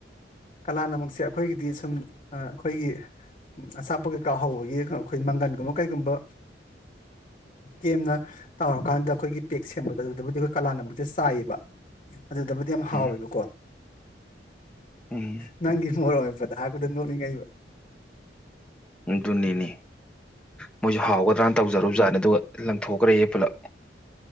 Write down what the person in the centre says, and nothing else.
ꯎꯝ ꯎꯝ
ꯑꯗꯨꯅꯤꯅꯦ ꯃꯣꯏꯁꯨ ꯍꯥꯎꯒꯗ꯭ꯔꯅ ꯇꯧꯖꯔꯨꯕ ꯖꯥꯠꯅꯦ ꯑꯗꯨꯒ ꯂꯪꯊꯣꯛꯈ꯭ꯔꯦꯌꯦ ꯄꯨꯂꯞ